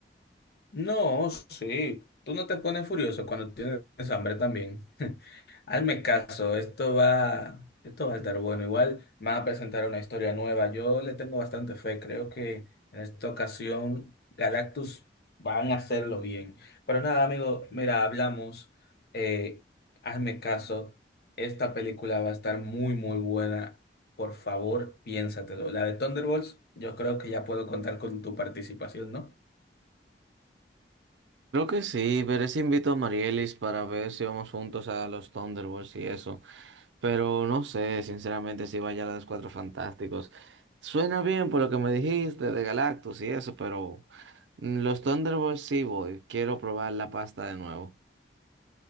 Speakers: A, on the left; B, on the right.
A: No, sí. Tú no te pones furioso cuando tienes hambre también. <laughs> Hazme caso, esto va, esto va a estar bueno. Igual van a presentar una historia nueva. Yo le tengo bastante fe. Creo que en esta ocasión Galactus van a hacerlo bien. Pero nada, amigo, mira, hablamos. Eh, hazme caso. Esta película va a estar muy, muy buena. Por favor, piénsatelo. La de Thunderbolts, yo creo que ya puedo contar con tu participación, ¿no?
B: Creo que sí, veré si invito a Marielis para ver si vamos juntos a los Thunderbolts y eso. Pero no sé, sinceramente, si vaya a los Cuatro Fantásticos. Suena bien por lo que me dijiste de Galactus y eso, pero mm, los Thunderbolts sí voy. Quiero probar la pasta de nuevo.